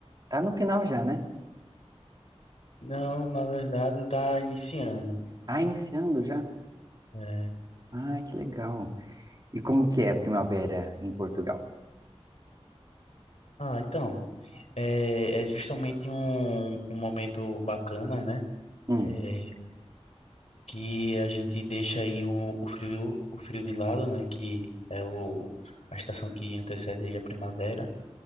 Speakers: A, on the right; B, on the left.
A: tá no final já, né?
B: Não, na verdade tá iniciando.
A: Ah, iniciando já?
B: É.
A: Ah, que legal. E como que é a primavera em Portugal?
B: Ah, então, é, é justamente um, um momento bacana, né?
A: Hum,
B: É, que a gente deixa aí o, o frio, o frio de lado, né? Que é o, a estação que antecede aí a primavera.